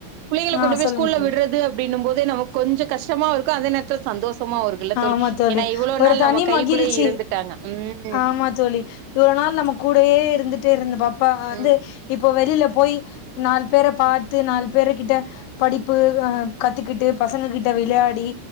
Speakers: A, on the right; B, on the left.
A: பிள்ளைங்கள
B: ஆ
A: கொண்டு போய்
B: சொல்லுங்க
A: ஸ்கூல்ல
B: தோழி
A: விடுறது அப்படின்னும் போதே நமக்கு கொஞ்சம் கஷ்டமா இருக்கு அதே நேரத்தில சந்தோஷமாவு இருக்கு இல்ல தோழி
B: ஆமா
A: ஏன்னா இவ்வளோ
B: ஒரு
A: நாள்
B: தனி
A: நம்ம கைக்குள்ளேயே
B: மகிழ்ச்சி
A: இருந்துட்டாங்க ம்
B: ஆமா தோழி இவ்வள நாள் நம்ம கூடயே இருந்துட்டே இருந்த பாப்பா
A: ம்
B: வந்து இப்போ வெளியில போய் நாலு பேரை பாத்து நாலு பேர் கிட்ட படிப்பு அ கத்துக்கிட்டு பசங்க கிட்ட விளையாடி